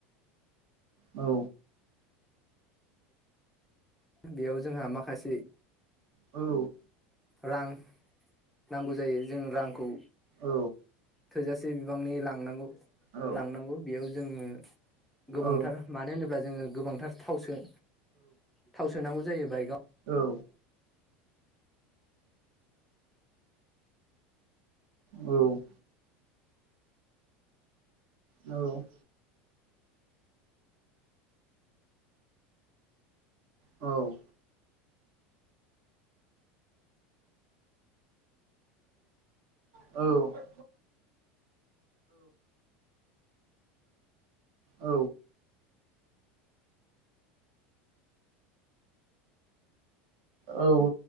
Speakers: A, on the right (about 55°); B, in the centre.
A: औ
B: बेयाव जोंहा माखासे
A: औ
B: रां नांगौ जायो जों रांखौ
A: औ
B: थोजासे बिबांनि लांनांगौ
A: औ
B: लांनांगौ बेयाव जोङो गोबांथार
A: औ
B: मानो होनोब्ला जोङो गोबांथार थाव सो थाव सोनांगौ जायो बाइकआव
A: औ औ औ औ औ औ औ औ